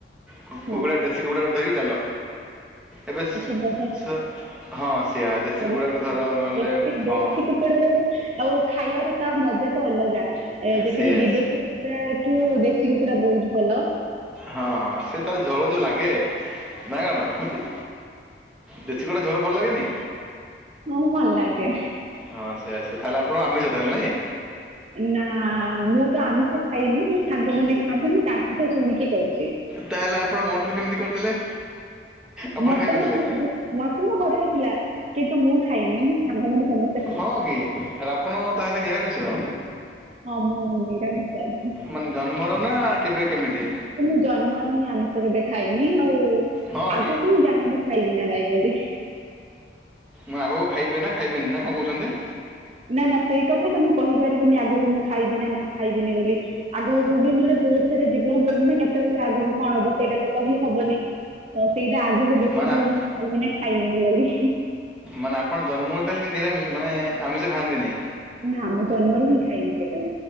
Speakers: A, in the centre; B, on the right.
A: କୁ
B: ହୁଁ
A: କୁକୁଡ଼ା ଡେ ସେ କୁକୁଡା ଗୋଟେ ଧରିକି ଚାଲ। ଏବେ ସେ
B: ଆଚ୍ଛା ବଢିଆ
A: ସେ ହଁ ସେଆ ଦେଶୀ
B: ବଢିଆ
A: କୁକୁଡ଼ା ଗୋଟେ ଧର
B: କଥା।
A: ନହେଲେ
B: ଦେଶୀ ଦେଶୀ
A: ହଁ।
B: କୁକୁଡାର ଆଉ ଖାଇବାର ତା ମଜା ତ ଅଲଗା। ଏ ଯେତିକି
A: ସେଇଆ
B: ବିଦେଶୀ କୁକୁଡା ଠୁ ଦେଶୀ କୁକୁଡା ବହୁତ୍ ଭଲ।
A: ହଁ ହଁ ସେ ତାର ଝୋଳ ଯୋଉ ଲାଗେ ନା କଣ ହୁଁ ହୁଁ। ଦେଶୀ କୁକୁଡା ଝୋଳ ଭଲ ଲାଗେନି?
B: ହଁ ଭଲ ଲାଗେ।
A: ହଁ ସେଇଆ ଆସ ତାହେଲେ ଆପଣ ଆମିଷ ତାହେଲେ ନାଇଁ?
B: ନା ମୁଁ ତ ଆମିଷ ଖାଇନି ମୋ ସାଙ୍ଗମାନେ ଖାଆନ୍ତି ମୁଁ ତାଙ୍କୁ ଠୁ ଶୁଣିକି କହୁଛି।
A: ତାହେଲେ ଆପଣ ମଟନ କେମିତି କରିଥିଲେ। ଆପଣ
B: ମଟନ
A: ଖାଇନଥିଲେ
B: ମଟ ମଟନ କରା ହେଇଥିଲା କିନ୍ତୁ ମୁଁ ଖାଇନି ମୋ ସାଙ୍ଗ ମାନେ ସମ
A: ହଁ କି ଆପଣ ତାହେଲେ ନିରାମିଷ?
B: ହଁ ମୁଁ ନିରାମିସ।
A: ମାନେ ଜନ୍ମରୁ ନା କେବେ କେମିତି?
B: ଏ ମୁଁ ଜନ୍ମରୁ ହିଁ ଆମିଷ କେବେ ଖାଇନି ଆଉ
A: ହଁ
B: ଆଗକୁ
A: କି
B: ମୁଁ ଜାଣିନି ଖାଇବି ନା ନାଇଁ ବୋଲି।
A: ମୁଁ ଆଗକୁ ଖାଇବିନା ଖାଇବିନି, ନା କଣ କହୁଛନ୍ତି?
B: ନା ନା ସେଇ କଥା ତ ମୁଁ କହିପାରିବିନି ଆଗକୁ ମୁଁ ଖାଇବି ନା ନା ଖାଇବିନି ବୋଲି। ଆଗକୁ ବି ମୋର ବହୁତ ସାରା ଜୀବନ ପଡିଛି ନା କେତେବେଳେ ଆଗକୁ କଣ ହବ ସେଇଟା ତ କହି ହବନି। ତ ସେଇଟା ଆଗକୁ ଦେଖାଯିବ
A: ମାନେ ଆ-
B: ମୁଁ ଖାଇବି ନା ଖାଇବିନି ବୋଲି।
A: ମାନେ ଆପଣ ଜନ୍ମରୁ ତାହେଲେ ନି ନିରାମିଷ ମାନେଆମିଷ ଖାଆନ୍ତିନି?
B: ନା ମୁଁ ଜନ୍ମରୁ ବି ଖାଇନି କେବେ।